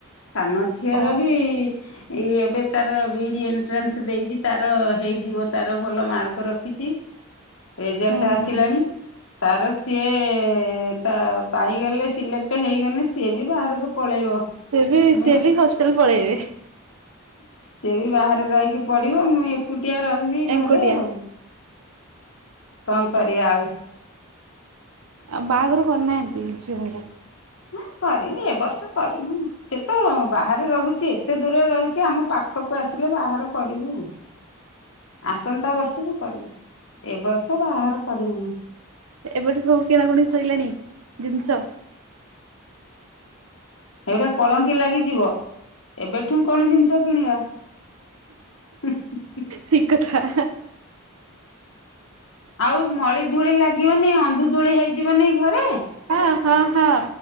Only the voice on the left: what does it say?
ସାନ ଝିଅର
ବି, ଏଇ ଏବେ ତାର ବିଇଡି ଏଣ୍ଟ୍ରାନ୍ସ ଦେଇଛି ତାର ହେଇଯିବ ତାର ଭଲ ମାର୍କ ରଖିଛି ରେଜଲ୍ଟ
ଆସିଲାଣି
ତାର ସିଏ ତା ପାଇଗଲେ ସିଲେକ୍ଟ ହେଇଗଲେ ସିଏ ବି ବାହାରକୁ ପଳେଇବ।
ମୁଁ
ସିଏ ବି ବାହାରେ ରହିକି ପଡିବ ମୁଁ ଏକୁଟିଆ ରହିବି
ଘରେ ଆଉ। କଣ କରିବା ଆଉ।
ହଁ କରିବି ଏ ବର୍ଷ କରିବିନି ଆଉ। ସେ ତ ବାହାରେ ରହୁଛି ଏତେ ଦୂରରେ ରହୁଛି ଆମ ପାଖକୁ ଆସିଲେ ବାହାଘର କରିବୁ। ଆସନ୍ତା ବର୍ଷକୁ କରିବୁ ଏ ବର୍ଷ ବାହାଘର କରିବୁନି।
ଏଇଟା କଳଙ୍କି ଲାଗିଯିବ ଏବେଠୁ କଣ ଜିନିଷ କିଣିବା। <unintelligible>
ଆଉ ମଳି ଧୂଳି ଲାଗିବନି ଅନ୍ଧୁ ଧୂଳି ହେଇଯିବନି ଘରେ?